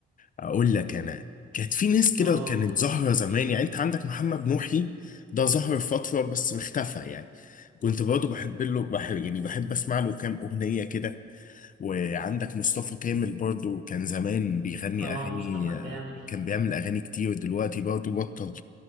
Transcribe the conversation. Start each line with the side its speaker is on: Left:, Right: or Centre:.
Left: اقول لك انا كانت في ناس كده
Right: اه
Left: كانت ظاهره زمان يعني انت عندك محمد نوحي ده ظهر فتره بس اختفى يعني كنت برضه بحب له بحب يعني بحب اسمع له كام اغنيه كده وعندك مصطفى كامل برضه كان زمان بيغني
Right: اه
Left: اغاني
Right: مصطفى كامل
Left: آه، كان بيعمل اغاني كتير دلوقتي برضه بطل